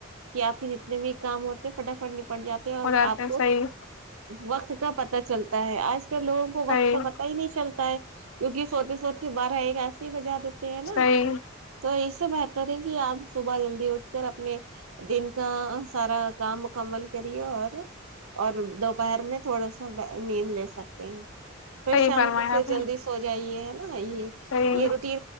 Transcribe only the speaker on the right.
کہ آپ کے جتنے بھی کام ہوتے ہیں فٹافٹ پڑ جاتے ہیں اور
آپ
کو
وقت <unintelligible> لوگوں کو وقت
کا پتتا ہی نہیں چلتا ہے کیونکہ سوتے سوتے بارہ ایک ایسی ہی وجا دی ہیں نا
تو اس تو میں تو نہیں کہ اپ صبح جلدی اٹھ کر اپنے دن کا سارا کام مکمل کریے اور اور دوپہر میں تھوڑا سا نیند لے سکتے ہیں پھر
شام
کو پھر
جلدی
سو جائیے یہ
یہ روٹی